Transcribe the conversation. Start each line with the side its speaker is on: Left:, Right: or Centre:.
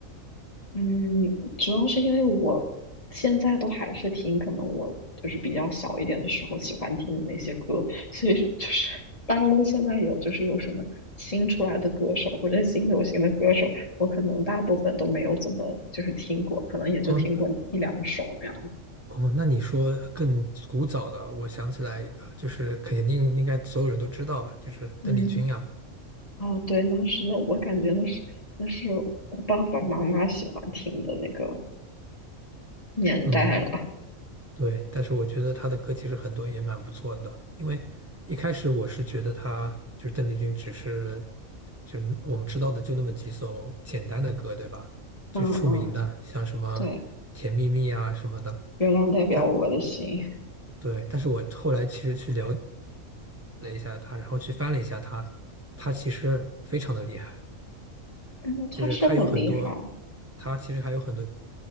Left: 嗯，主要是因为我现在都还是听，可能我就是比较小一点的时候喜欢听的那些歌，<laughs> 所以是就是大陆现在有就是有什么新出来的歌手或者新流行的歌手，我可能大部分都没有怎么就是听过，可能也就听过一两首那样的。
Right: 哦，哦，那你说更古早的，我想起来一个，就是肯定应该所有人都知道吧，就是邓丽君啊。
Left: 嗯，哦，对，那是那我感觉那是那是我爸爸妈妈喜欢听的那个年代了。
Right: 嗯，对，但是我觉得她的歌其实很多也蛮不错的，因为一开始我是觉得她就是邓丽君，只是就是我们知道的就那么几首简单的歌，对吧？就是出名的，
Left: 嗯嗯，
Right: 像什么
Left: 对，
Right: 《甜蜜蜜》啊什么的。
Left: 月亮代表我的心。
Right: 但对，但是我后来其实去了解了一下她，然后去翻了一下她，她其实非常的厉害。
Left: 嗯，他是很厉害。
Right: 就是他有很多，他其实还有很多